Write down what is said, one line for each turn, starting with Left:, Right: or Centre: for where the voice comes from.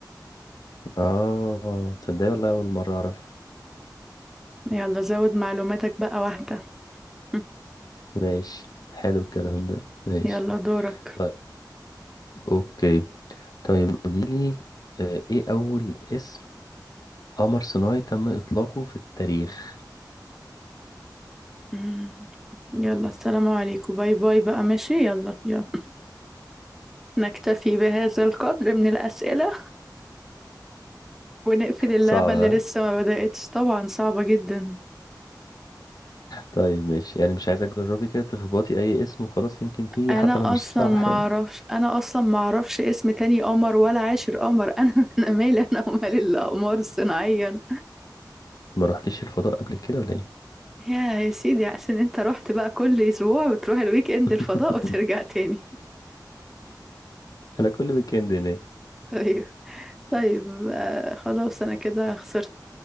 Left: آه تصدقي والله أول مرة أعرف
Centre: يلا زود معلوماتك بقى واحدة <laughs>
Left: ماشي حلو الكلام ده ماشي
Centre: يلا دورك
Left: طيب أوكي طيب قوليلي آه، إيه أول اسم قمر صناعي تم إطلاقه في التاريخ
Centre: <clears throat> مم. يلا السلام عليكم باي باي بقى ماشي يلا يلا نكتفي بهذا القدر من الأسئلة ونقفل اللعبة
Left: <laughs> صعب
Centre: اللي لسه ما بدأتش طبعا صعبة جدا
Left: طيب ماشي يعني مش عايزك تجربي كده تخبطي اي اسم وخلاص يمكن تيجي
Centre: انا
Left: حتى لو مش
Centre: اصلا
Left: صح
Centre: ما اعرفش
Left: يعني
Centre: انا اصلا ما اعرفش اسم تاني قمر ولا عاشر قمر <laughs> انا انا مالي انا ومال الاقمار الصناعية
Left: ما رحتيش الفضاء قبل كده ولا ايه
Centre: يا يا سيدي عشان انت رحت بقى كل اسبوع بتروح الويك اند
Left: <laughs>
Centre: الفضاء وترجع تاني
Left: انا كل ويكند هناك
Centre: <laughs> طيب طيب آه خلاص انا كده خسرت